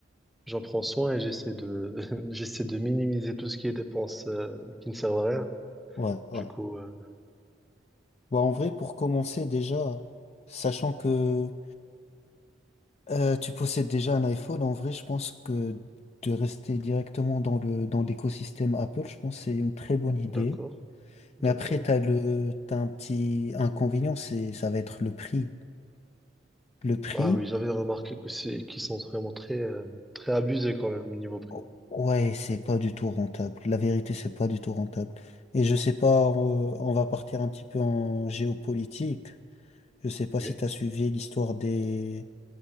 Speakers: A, in the centre; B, on the left.
A: j'en prends soin et j'essaie de, <laughs> j'essaie de minimiser tout ce qui est dépenses, euh, qui ne servent à rien.
B: Ouais, ouais.
A: Du coup, euh,
B: Bah, en vrai, pour commencer déjà, sachant que Euh, tu possèdes déjà un iPhone, en vrai, je pense que de rester directement dans le, dans l'écosystème Apple, je pense que c'est une très bonne idée.
A: d'accord, d'accord.
B: Mais après, t'as le, t'as un petit inconvénient, c'est, ça va être le prix. Le prix,
A: Ah oui, j'avais remarqué que c'est qu'ils sont vraiment très euh, très abusés quand même au niveau prix.
B: o- ouais, c'est pas du tout rentable. La vérité, c'est pas du tout rentable. Et je sais pas, on, on va partir un petit peu en géopolitique. Je sais pas
A: Oui.
B: si t'as suivi l'histoire des,